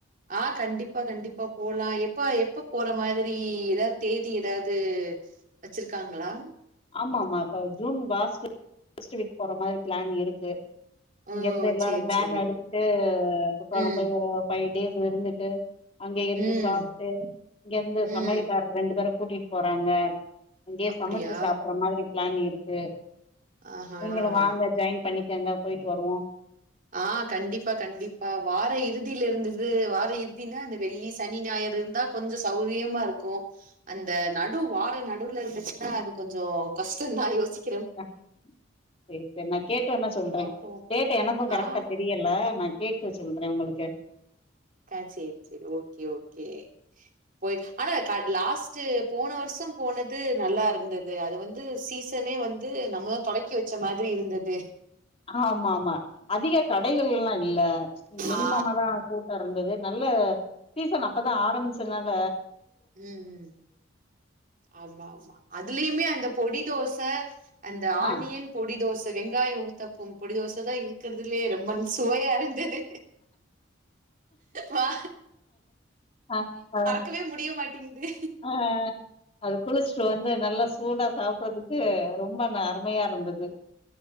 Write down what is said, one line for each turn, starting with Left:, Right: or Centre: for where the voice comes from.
Right: ஆ கண்டிப்பா கண்டிப்பா போலா எப்ப எப்ப போற மாதிரி ஏதாவ்து தேதி ஏதாவ்து வச்சிருக்காங்களா
Left: ஆமாம்மா இப்ப ஜூன் லாஸ்ட்டு ஸ்ட்டு வீக் போற மாதிரி பிளான் இருக்கு
Right: ஓ!
Left: இங்க இருந்து எல்லாரும்
Right: சரி,
Left: வேன்
Right: சரி.
Left: எடுத்துட்டு குற்றாலம்
Right: ம்,
Left: போய் ஒரு ஃபை டேஸ் இருந்துட்டு அங்க இருந்து
Right: ம்,
Left: சாப்ட்டு இங்க இருந்து
Right: ம்.
Left: சமையலக்கார ரெண்டு பேர கூட்டிட்டு போறாங்க அங்கயே
Right: அப்படியா?
Left: சமைச்சு சாப்புட்ற மாதிரி பிளான் இருக்கு
Right: ஆஹா!
Left: நீங்களு வாங்க ஜாயின் பண்ணிக் கேங்க போயிட்டு வருவோ
Right: ஆ கண்டிப்பா கண்டிப்பா வார இறுதியில இருந்துது வார இறுதினா அந்த வெள்ளி சனி ஞாயிறு இருந்தா கொஞ்ச சௌரியமா இருக்கும் அந்த நடு வார நடுவுல இருந்துச்சுன்னா அது கொஞ்சோ கஷ்டோந் தா யோசிக்
Left: அ சேரி சேரி நா கேட்டு வேண்னா சொல்றே
Right: பாப்போம்.
Left: கேட் டு எனக்கும் கரெக்டா
Right: ஆ
Left: தெரியல நா கேட்டு சொல்றேன் உங்களுக்கு
Right: ஆ சேரி சேரி ஓகே ஓகே போய் ஆனா காட் லாஸ்ட்டு போன வருஷம் போனது நல்லா இருந்துத் து வந்து சீசனே வந்து நம்மதா தொடக்கி வெச்ச மாதிரி இருந்தது
Left: ஆமா ஆமா அதிக கடைகள்ல்லா இல்ல மினிமமாதா
Right: ஆ.
Left: கூ டோ இருந்தது நல்ல சீசன் அப்பதா ஆரம்பிச்சதுனால
Right: ம் ம் ஆமா ஆமா அதுலயுமே அந்த பொடி தோச அந்த
Left: ஆ
Right: ஆணியன் பொடி தோச வெங்காயம் ஊத்தாப்பம் பொடி தோச தா இருக்கறதுலே ரொம்பன் சுவையா இருந்தது வா
Left: ஆ ஆ
Right: துவே முடிய மாட்டிங்குது
Left: ஆ அது குளிச்சுட்டு வந்து நல்லா சூடா சாப்புட்றதுக்கு ரொ ம்ப ந அருமையா இருந்தது